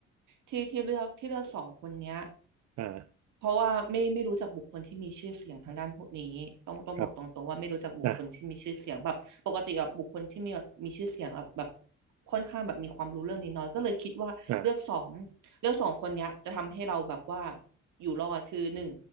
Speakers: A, on the right; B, on the right.
A: ที่ที่เลือกที่เลือกสองคนเนี้ย
B: อ่า
A: เพราะว่าไม่ไม่รู้จักบุคคลที่มีชื่อเสียงทางด้านพวกนี้ต้องต้องบอกตรงๆว่าไม่รู้จักบุคคลที่มีชื่อเสียงแบบปกติแบบบุคคลที่มีแบบมีชื่อเสียงอะแบบ
B: ครับอ่ะ
A: ค่อนข้างแบบมีความรู้เรื่องนี้น้อยก็เลยคิดว่าเลือกสอง
B: อ่ะ
A: เลือกสองคนเนี้ยจะทำให้เราแบบว่าอยู่รอดคือหนึ่ง